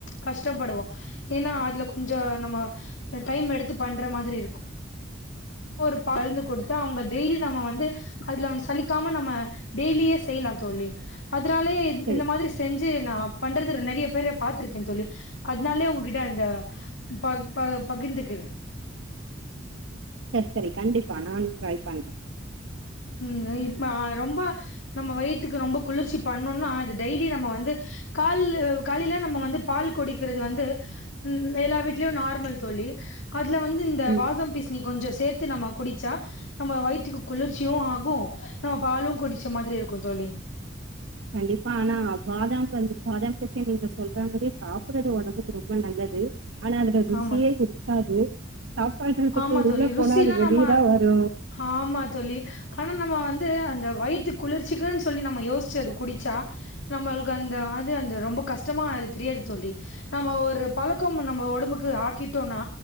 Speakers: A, on the left; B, on the right.
A: கஷ்டப்படுவோ ஏனா அதுல கொஞ்சம் நம்ம டைம் எடுத்து பண்ற மாதிரி இருக்கும் ஒரு பாழ்ந்து குடுத்து அவுங்க டெய்லி நம்ம வந்து அதுல சலிக்காம நம்ம டெய்லியே செய்யலா தோழி அதனாலே
B: சேரி
A: இந்த மாதிரி
B: சேரி
A: செஞ் சி நா பண்றது நெறையா பேர பாத்துருக்கேன் தோழி அதனாலே உங்ககிட்ட அந்த பக் ப பகிர்ந்துக்கிற
B: செரி செரி கண்டிப்பா நானும் ட்ரை பண்றன்
A: ம் இப்ப ஆ ரொம்ப நம்ம வயித்துக்கு ரொம்ப குளிர்ச்சி பண்ணுன்னா இது டெய்லி நம்ம வந்து கால்லு காலையில நம்ம வந்து பால் குடிக்கிறது வந்து ம் எல்லா வீட்லயும் நார்மல் தோழி அதுல வந்து இந்த
B: ம்
A: பாதாம் பீஸ்னி கொஞ்சோம் சேத்து நம்ம குடிச்சா நம்ம வயித்துக்கு குளிர்ச் சியும் ஆகும் நம்ம பாலும் குடிச்ச மாதிரி இருக்கும் தோழி
B: கண்டிப்பா ஆனா பாதாம் வந்து பாதாம் பிசின் நீங்க சொல்ற மாரியே சாப்பறது ஒடம்புக்கு ரொம்ப நல்லது ஆனா அதுல ருசியே
A: ஆமா
B: இருக்காது சாப்பாடறதுக்கு
A: ஆமா தோழி
B: உள்ள
A: ருசிலாம்
B: போனா அது வெளிய
A: நம்ம
B: தா வரும்
A: ஆமா தோழி ஆனா நம்ம வந்து அந்த வயித்து குளிர்ச்சிக்குன்னு சொல்லி நம்ம யோசிச்சி அது குடிச்சா நம்மளுக்கு அந்த அது அந்த ரொம்ப கஷ்டமா அது தெரியாது தோழி நம்ம ஒரு பழக்கம் நம்ம ஒடம்புக்கு ஆக்கிட்டோன்னா